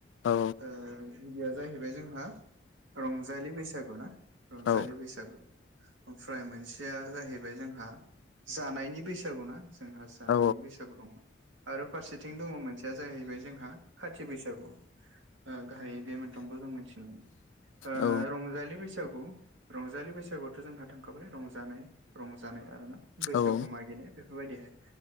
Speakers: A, on the left; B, on the right.
A: औ
B: ओ गिबिया जाहैबाय जोंहा रंजालि बैसागु ना रंजालि
A: औ
B: बैसागु। ओमफ्राय मोनसेया जाहैबाय जोंहा जानायनि बैसागु ना? जोंहा जानायनि
A: औ
B: बैसागु दंङ आरो फारसेथिं दंङ मोनसे या जाहैबाय जोंहा खाथि बैसागु ओ गाहाय बे मोनथामखौ जों मोन्थियो ओ
A: औ
B: रंजालि बैसागु रंजालि बैसागु जोंहा थांखाबाय रंजानाय रंजानाय आरोना बैसागु
A: औ
B: मागिनाय बे बेफोर बायदिहाय